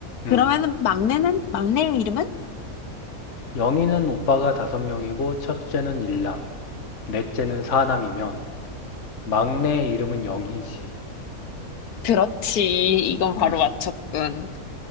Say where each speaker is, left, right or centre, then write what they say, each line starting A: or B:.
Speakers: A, on the left; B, on the left.
A: 음.
B: 그러면은 막내는 막내 이름은?
A: 영희는 오빠가 다섯 명이고 첫째는 일남, 넷째는 사남이면 막내의 이름은 영희지.
B: 그렇지. 이건
A: 음.
B: 바로 맞췄군.